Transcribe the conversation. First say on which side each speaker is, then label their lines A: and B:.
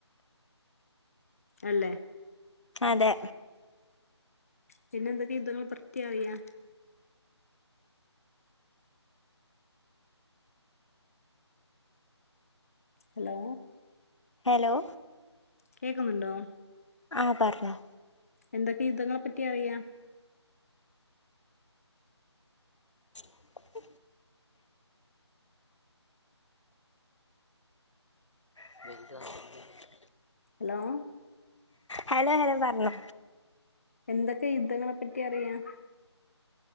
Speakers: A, on the left (about 30°); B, on the left (about 85°).
A: അല്ലേ
B: അതെ.
A: പിന്നെ എന്തൊക്കെ യുദ്ധങ്ങൾ പ്രതിം അറിയാം? ഹലോ
B: ഹെലോ
A: കേക്കുന്നുണ്ടോ
B: ആഹ് പറ്ഞ്ഞോ
A: എന്തൊക്കെ യുദ്ധങ്ങളെ പറ്റി അറിയാം
B: <inaudible> <inaudible>
A: ഹലോ
B: ഹലോ ഹലോ പറഞ്ഞോ
A: എന്തൊക്കെ യുദ്ധങ്ങളെ പറ്റി അറിയാം?